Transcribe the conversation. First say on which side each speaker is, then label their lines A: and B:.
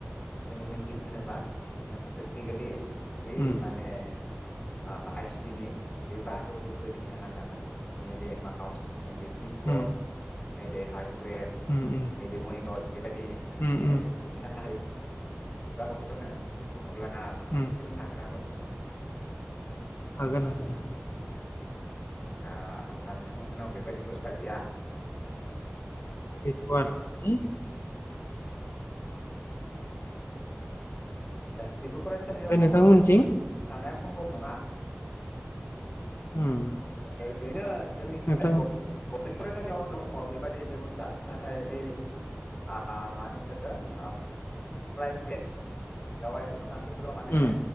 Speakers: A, on the left (about 20°); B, on the left (about 75°).
A: जोङो मिथि होनोबा जोङो प्रेकटिकेलि बै
B: उम
A: माने आइ सिटि नि बे बाहागोफोरखौ दिन्थिनो हानांगोन आरोखि नैबे माउस नैबे किबर्ड
B: उम
A: नै बे <unintelligible> वेर
B: उम उम
A: नैबे मनिटर बेबायदि माने
B: उम उम
A: दिन्थिनो हायो दा गथ'फोरनो अब्लाना माखासे
B: उम
A: सोलोंनो हागोन आरो <unintelligible>
B: हागोन हागोन।
A: दा अब्ला नोंथांमोननाव बेबायदि बेबस्था गैया?
B: गैथ'आ दामानि
A: <unintelligible> सैबो फरायसालियाव
B: ओमफ्राय नोंथांमोनथिं
A: थानाया सम्भब नङा।
B: उम
A: ओरैनो जोंनिथिंलाय
B: नोंथां
A: गभ-गभमेन्ट फरायसालियाव दङ बेबादि बेब'स्था नाथाय बै आ मा होनो इखो ओ प्राइभेट गावारि फसंथानफोर फोराव माने
B: उम